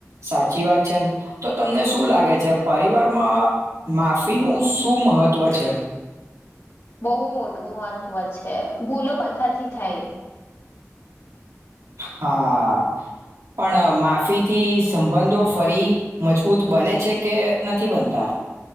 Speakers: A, on the right; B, on the left.
A: સાચી વાત છેને તો તમને શું લાગે છે પરિવારમાં માફિનું શું મહત્વ છે?
B: બહુ મોટું મહત્વ છે ભૂલો બધાથી થાય
A: હા પણ માફીથી સંબંધો ફરી મજબૂત બને છે કે નથી બનતા